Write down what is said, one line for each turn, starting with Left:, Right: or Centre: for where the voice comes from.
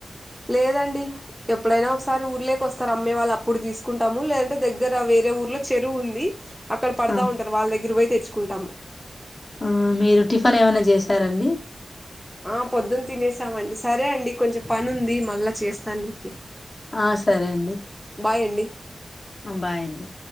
Centre: లేదండి ఎప్పుడైనా ఒకసారి ఊర్లేకి వస్తారు అమ్మే వాళ్ళు అప్పుడు తీసుకుంటాము లేదంటే దగ్గర వేరే ఊర్లో చెరువు ఉంది అక్కడ పడతా
Left: ఆ
Centre: ఉంటారు వాళ్ళ దగ్గర పోయి తెచ్చుకుంటాము
Left: ఆ మీరు టిఫన్ ఏమన్నా చేసారండి
Centre: ఆ పొద్దున్న తినేసామండి సరే అండి కొంచెం పని ఉంది మళ్ళా చేస్తా నీకి
Left: ఆ సరే అండి
Centre: బాయ్ అండి
Left: ఆ బాయ్ అండి